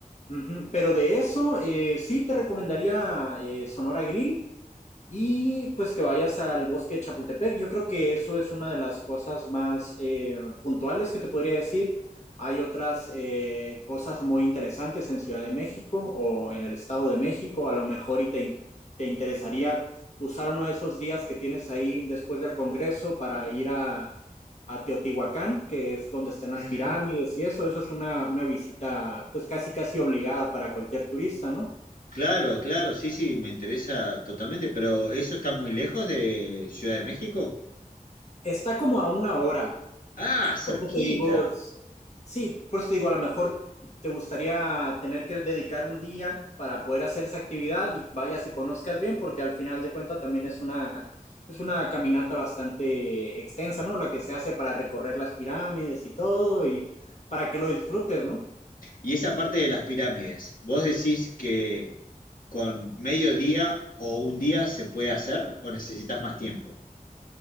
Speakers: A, on the left; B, on the left.
A: Ujú. Pero de eso, eh, sí te recomendaría eh, Sonora Grill y pues que vayas al bosque de Chapultepec. Yo creo que eso es una de las cosas más eh, puntuales que te podría decir. Hay otras eh, cosas muy interesantes en Ciudad de México o en el Estado de México. A lo mejor y te, in- te interesaría usar uno de esos días que tienes ahí después del Congreso para ir a, a Teotihuacán, que es donde están las
B: Ujú.
A: pirámides y eso. Eso es una, una visita pues casi casi obligada para cualquier turista, ¿no?
B: Claro, claro, sí, sí, me interesa totalmente, pero ¿eso está muy lejos de Ciudad de México?
A: Está como a una hora
B: Ah, cerquita.
A: Por eso te digo, sí, por eso te digo, a lo mejor te gustaría tener que dedicar un día para poder hacer esa actividad y vayas y conozcas bien, porque al final de cuentas también es una, es una caminata bastante extensa, ¿no? La que se hace para recorrer las pirámides y todo, y para que lo disfrutes, ¿no?
B: Y esa parte de las pirámides, ¿vos decís que con medio día o un día se puede hacer o necesitas más tiempo?